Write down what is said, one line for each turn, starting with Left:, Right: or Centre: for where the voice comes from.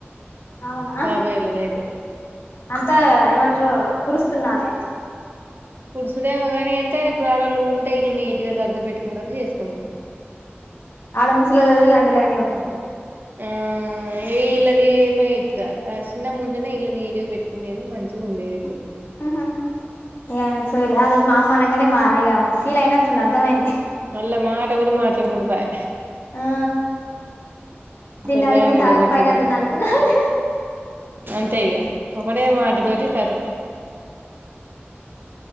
Left: అవునా
Right: బాబోయలేద అయితే
Left: అంతా ఏమంటారు కురుస్తున్నాలి
Right: కుడుచుడేమో కాని ఎంత అైనా ఇప్పుడు ఆడళ్ళు ఉంటే ఇల్లు నీటుగా సర్ది పెట్టుకుంటారు చేసుకుంటారు
Left: ఆడా ముసలల వలాండ లాండే ఉంటది
Right: ఆ ఏ ఇల్ళది ఏమ ఇ ఆ చిన్న ముంటనే ఇల్లు నీటుగా పెట్టుకునేది మంచిది ఉండేది
Left: ఆహ ఇగ ఆయనకు సోయీలే ఆ రోజు మా అమ్మ అన్ నంగానే మా ఇగ ఫీల్ అయినట్టుండు అర్థమైంది
Right: మళ్ళ మా అక్క కూడా మాట్లాడుకుండా పాయ్
Left: ఆ దీన్న
Right: పెళ్ళాలని
Left: అడిగి మేను
Right: నిలగొట్టుడని
Left: తప్పయినట్టుంది అనుకున్నా లె
Right: అంతే ఇగ ఒకటే మాటతోటి కతో